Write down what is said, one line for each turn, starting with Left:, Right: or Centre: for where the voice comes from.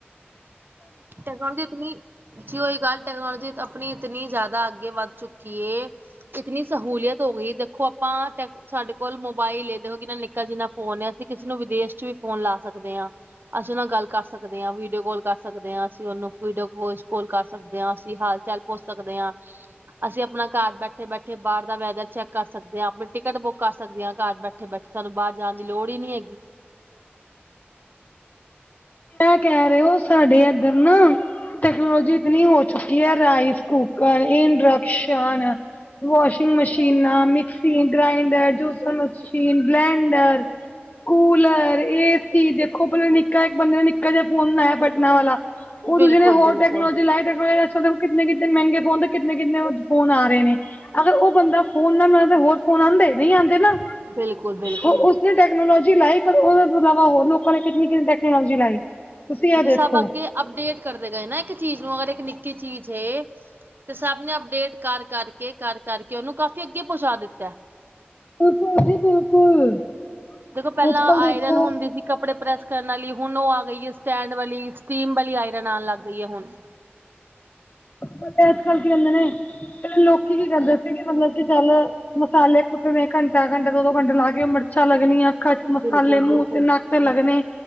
Right: ਟੈਕਨੋਲਜੀ ਇਤਨੀ ਜੀ ਓਈ ਗੱਲ ਟੈਕਨੋਲਜੀ ਆਪਨੀ ਇਤਨੀ ਜਾਦਾ ਅੱਗੇ ਵੱਧ ਚੁੱਕੀ ਏ ਇਤਨੀ ਸਹੂਲੀਅਤ ਹੋ ਗਈ ਦੇਖੋ ਆਪਾਂ ਟੈ ਸਾਡੇ ਕੋਲ ਮੋਬਾਈਲ ਏ ਦੇਖੋ ਕਿੰਨਾ ਨਿੱਕਾ ਜਿੰਨਾ ਫੋਨ ਐ, ਅਸੀਂ ਕਿਸੇ ਨੂੰ ਵਿਦੇਸ਼ ਚ ਵੀ ਫੋਨ ਲਾ ਸਕਦੇ ਆ। ਅਸੀਂ ਉਨ੍ਹਾਂ ਗੱਲ ਕਰ ਸਕਦੇ ਆ, ਵੀਡੀਓ ਕੋਲ ਕਰ ਸਕਦੇ ਆ, ਅਸੀਂ ਓਨੂੰ ਵੀਡੀਓ- ਵੋਇਸ ਕੋਲ ਕਰ ਸਕਦੇ ਆ, ਅਸੀਂ ਹਾਲ-ਚਾਲ ਪੁੱਛ ਸਕਦੇ ਆ। ਅਸੀਂ ਅਪਣਾ ਘੜ ਬੈਠੇ -ਬੈਠੇ ਬਾਅਰ ਦਾ ਵੈਦਰ ਚੈੱਕ ਕਰ ਸਕਦੇ ਆ, ਅਪਣੀ ਟਿਕਟ ਬੁੱਕ ਕਰ ਸਕਦੇ ਆ ਘਰ ਬੈ ਠੇ -ਬੈਠੇ ਸਾਨੂੰ ਬਾਆਰ ਜਾਨ ਦੀ ਲੋੜ ਈ ਨੀ ਹੈਗੀ।
Left: ਐ ਕੈ ਰੇ ਓ ਸਾਡੇ ਐਧਰ ਨਾ ਟੈਕਨੋਲੋਜੀ ਇਤਨੀ ਹੋ ਚੁੱਕੀ ਐ ਰਾਈਸ- ਕੁੂਕਰ, ਇੰਡਕਸ਼ਨ, ਵਾਸ਼ਿੰਗ ਮਸ਼ੀਨਾਂ, ਮਿਕਸੀ ਗ੍ਰਾਇੰਡਰ, ਜੂਸਰ ਮਸ਼ੀ ਮਸ਼ੀਨ, ਬਲੈਂਡਰ, ਕੂਲਰ, ਏਸੀ, ਦੇਖੋ ਪੈਲੇ ਨਿੱਕਾ, ਏਕ ਬੰਦੇ ਨੇ ਨਿੱਕਾ ਜਿਆ ਫ਼ੋਨ ਬਣਾਇਆ ਬਟਨਾ ਵਾਲਾ। ਓ
Right: ਬਿਲਕੁਲ-ਬਿਲਕੁਲ,
Left: ਦੂਜੇ ਨੇ ਹੋਰ ਟੈਕਨੋਲਜੀ ਲਾਈ ਟੈਕਨੋ <unintelligible> ਕਿਤਨੇ-ਕਿਤਨੇ ਮੈਂਗੇ ਫੋਨ, ਤੇ ਕਿਤਨੇ-ਕਿਤਨੇ ਫੋਨ ਆ ਰੇ ਨੇ। ਅਗਰ ਓ ਬੰਦਾ ਫੋਨ ਨਾ ਬਣਾਂਦਾ ਹੋਰ ਫੋਨ ਆਂਦੇ, ਨਈ ਆਂਦੇ ਨਾ।
Right: ਬਿਲਕੁਲ- ਬਿਲਕੁਲ।
Left: ਉਹ ਟੈਕਨੋਲੋਜੀ ਲਾਈ ਪਰ ਉਦੇ ਤੋਂ ਅਲਾਵਾ ਹੋਰ ਲੋਕਾਂ ਨੇ ਕਿਤਨੀ, ਕਿਤਨੀ ਟੈਕਨੋਲੋਜੀ ਲਾਈ। ਤੁਸੀਂ ਇਹ
Right: ਜੇ
Left: ਦੇਖੋ
Right: ਸਭ ਅੱਗੇ ਅਪਡੇਟ ਕਰਦੇ ਗਏ ਨਾ ਏਕ ਚੀਜ਼ ਨੂੰ, ਅਗਰ ਏਕ ਨਿੱਕੀ ਚੀਜ਼ ਹੇ ਤੇ ਸਭ ਨੇ ਅਪਡੇਟ ਕਰ-ਕਰ ਕੇ, ਕਰ- ਕਰ ਕੇ, ਉਨੂੰ ਕਾਫੀ ਅੱਗੇ ਪਹੁੰਚਾ ਦਿੱਤੈ।
Left: ਬਿਲਕੁਲ ਜੀ ਬਿਲਕੁਲ।
Right: ਦੇਖੋ ਪੈਲਾਂ
Left: ਅੱਜ ਕੱਲ
Right: ਆਇਰਨ
Left: ਦੇਖੋ
Right: ਹੁੰਦੀ ਸੀ ਕੱਪੜੇ ਪ੍ਰੈਸ ਕਰਨ ਅਲੀ, ਹੁਨ ਓ ਆ ਗਈ ਐ ਸਟੈਂਡ ਵਾਲੀ, ਸਟੀਮ ਵਾਲੀ ਆਇਰਨ ਆਨ ਲੱਗ ਗਈ ਐ ਹੁਣ।
Left: ਪਤੈ ਅੱਜ ਕੱਲ ਕੀ ਹੁੰਦੇ ਨੇ, ਪੈਲੇ ਲੋਕੀ ਕੀ ਕਰਦੇ ਸੀ ਕਿ ਮਤਲਬ ਕਿ ਚੱਲ ਮਸਾਲੇ ਕੁੱਟਨੇ ਘੰਟਾ-ਘੰਟਾ, ਦੋ- ਦੋ ਘੰਟੇ ਲਾ ਕੇ ਓ ਮਿਰਚਾਂ ਲੱਗਨੀਆਂ ਅੱਖਾਂ ਚ ਮਸਾਲੇ,
Right: ਬਿਲਕੁਲ-ਬਿਲਕੁਲ।
Left: ਮੂਅ ਤੇ,
Right: ਬਿਲਕੁਲ
Left: ਨੱਕ ਤੇ ਲੱਗਨੇ